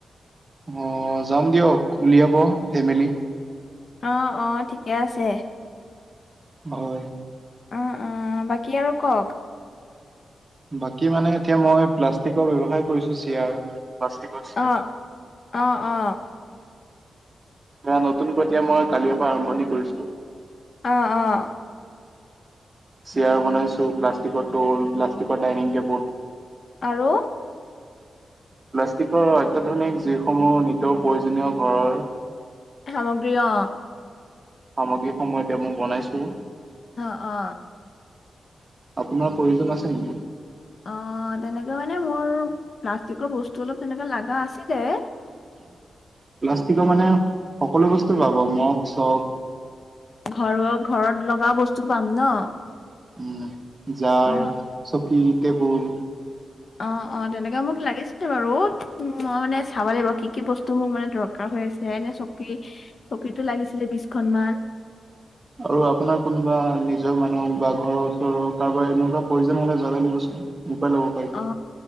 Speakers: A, on the right; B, on the left.
A: অ যাম দিয়ক উলিয়াব ফেমেলি
B: অ অ ঠিকে আছে
A: অ
B: অ অ বাকী আৰু কওক।
A: বাকী মানে এতিয়া মই প্লাষ্টিকৰ ব্যৱসায় কৰিছো চেয়াৰ প্লাষ্টিকৰ চেয়াৰ
B: অ অ অ
A: এয়া নতুনকৈ এতিয়া মই কালিঅ পা আৰম্ভণি কৰিছো
B: অ অ
A: চেয়াৰ বনাইছো প্লাষ্টিকৰ টল প্লাষ্টিকৰ ডাইনিং টেবুল
B: আৰু।
A: প্লাষ্টিকৰ অত্যধুনিক যিসমূহ নিতৌ প্ৰয়োজনীয় ঘৰৰ
B: সামগ্ৰী অ
A: সামগ্ৰী সময় এতিয়া মই বনাইছো
B: অ অ
A: আপোনাৰ প্ৰয়োজন আছে নেকি
B: অ তেনেকে মানে মোৰ প্লাষ্টিকৰ বস্তু অলপ তেনেকে লাগা আছিলে
A: প্লাষ্টিকৰ মানে সকলো বস্তু পাবা মগ চগ
B: ঘৰ ঘৰত লগা বস্তু পাম ন
A: উম জাৰ
B: অ
A: চকী টেবুল
B: অ অ তেনেকে মোক লাগিছিলে বাৰু মই মানে চাব লাগিব কি কি বস্তু মোক মানে দৰ কাৰ হৈ আছে এনে চকী চকীতো লাগিছিলে বিচখন মান
A: আৰু আপোনাৰ কোনোবা নিজৰ মানুহক বা ঘৰৰ ওচৰৰ কাৰোবাৰ এনেকুৱা প্ৰয়োজন হলে জনাই দিবচোন মোৰ পৰা ল'ব পাৰিব
B: অ